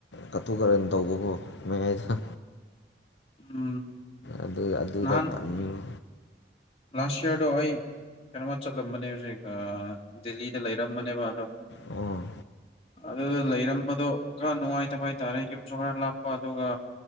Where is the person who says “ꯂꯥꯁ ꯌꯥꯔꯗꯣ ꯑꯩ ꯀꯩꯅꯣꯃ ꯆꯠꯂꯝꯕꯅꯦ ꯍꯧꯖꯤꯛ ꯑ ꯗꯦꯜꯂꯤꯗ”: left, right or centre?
Left